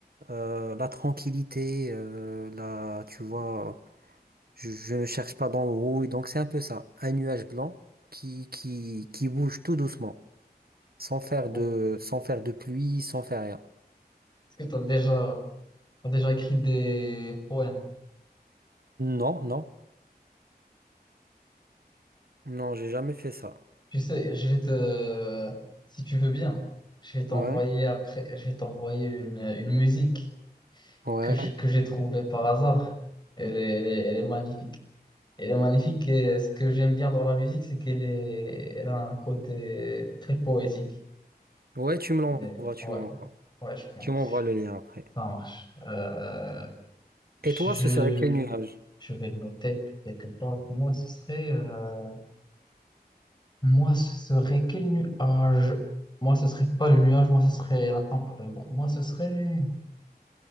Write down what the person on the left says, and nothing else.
Est-ce
que tu as déjà, t'as déjà écrit des poèmes?
Tu sais, je vais te, si tu veux bien, je vais t'envoyer
après, je vais t'envoyer une une musique.
que j'ai que j'ai trouvé par hasard. Elle est, elle est, elle est magnifique. Elle est magnifique et ce que j'aime bien dans la musique, c'est qu'elle est, elle a un côté très poétique.
Elle
ouais,
ouais, je pense.
Ça marche. Euh, je,
je vais le noter quelque part. Moi, ce serait, euh, moi, ce serait quel nuage? Moi, ce serait pas le nuage, moi, ce serait la tempête. bon, moi, ce serait